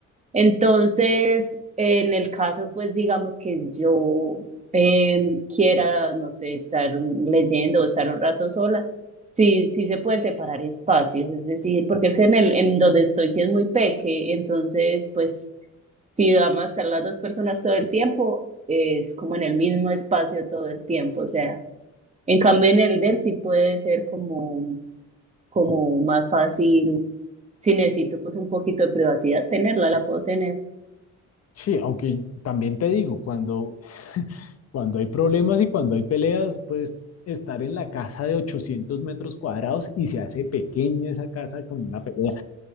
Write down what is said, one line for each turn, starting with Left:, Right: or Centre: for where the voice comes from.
Right: Entonces, en el caso, pues digamos que yo eh, quiera, no sé, estar leyendo o estar un rato sola, sí, sí se pueden separar espacios, es decir, porque es que en el, en donde estoy sí es muy peque, entonces, pues si vamos a estar las dos personas todo el tiempo, es como en el mismo espacio todo el tiempo, o sea, en cambio en el del sí puede ser como, como más fácil, si necesito pues un poquito de privacidad tenerla, la puedo tener.
Left: Sí, aunque también te digo, cuando, cuando hay problemas y cuando hay peleas, pues estar en la casa de 800 metros cuadrados y se hace pequeña esa casa con una pelea.